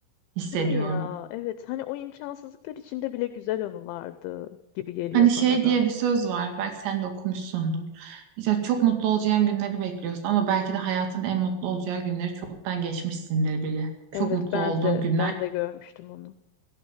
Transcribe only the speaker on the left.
Değil mi ya? Evet hani o imkansızlıklar içinde bile güzel anılardı gibi geliyor
bana da.
Evet
ben
de
ben de görmüştüm onu.